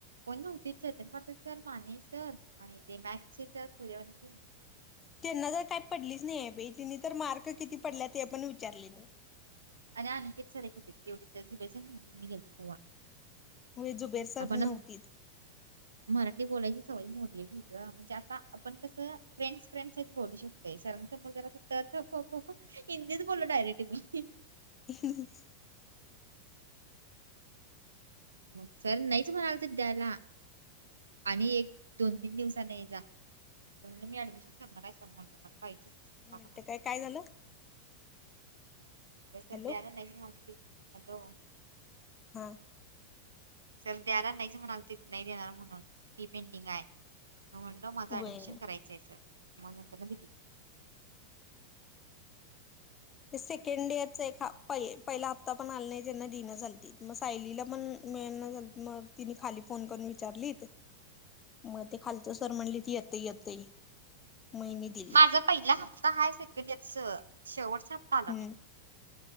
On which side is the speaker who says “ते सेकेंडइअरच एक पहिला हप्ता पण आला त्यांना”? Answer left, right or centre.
Left